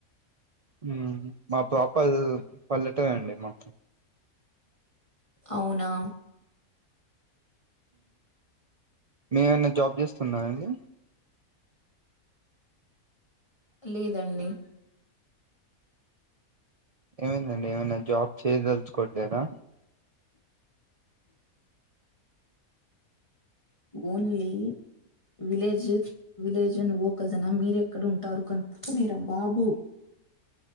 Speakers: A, on the right (about 70°); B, on the left (about 20°).
A: ఉమ్మ్ మా ప్రాపర్ పల్లెటూరు అండి మా
B: అవునా
A: మేమనా జాబ్ చేస్తురన్నాండి.
B: లేదండి.
A: ఏమైందండి ఏమనా జాబ్ చేయదలుచుకోవట్లేదా
B: ఓన్లీ విలేజ్ విలేజ్ అన్ ఓ జనా మీరెక్కడ ఉంటారు కనుపకు మీరా బాబు